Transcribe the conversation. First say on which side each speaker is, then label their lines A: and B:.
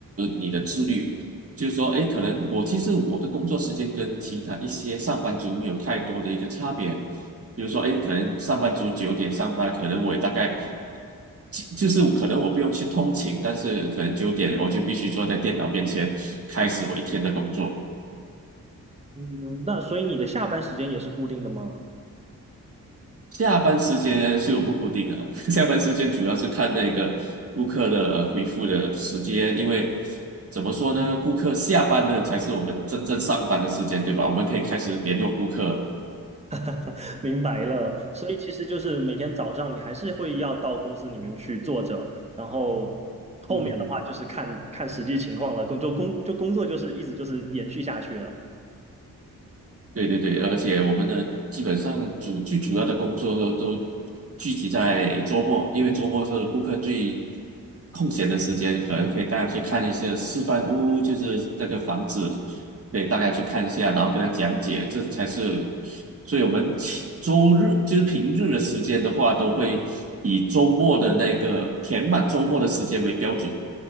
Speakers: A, on the right; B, on the right.
A: 你的自律。就是说，诶，可能我其实我的工作时间跟其他一些上班族没有太多的一个差别。比如说，诶，可能上班族九点上班，可能我也大概就就是可能我不用去通勤，但是可能九点我就必须坐在电脑面前开始我一天的工作。
B: 嗯，那所以你的下班时间也是固定的吗？
A: 下班时间就不固定的啊，<laughs> 下班时间主要是看那个顾客的回复的时间，因为怎么说呢，顾客下班的才是我们真正上班的时间，对吧？我们可以开始联络顾客。
B: <laughs> 明白了，所以其实就是每天早上你还是会要到公司里面去坐着，然后后面的话就是看看实际情况了，
A: 嗯哼。
B: 工就工就工作就是一直就是延续下去了。
A: 对对对，而且我们的基本上主最主要的工作都都聚集在周末，因为周末是顾客最空闲的时间，可能可以带他去看一些示范屋，就是那个房子，可以大家去看一下，然后跟他讲解，这才是。所以我们其周日就是平日的时间的话，都会以周末的那个填满周末的时间为标准。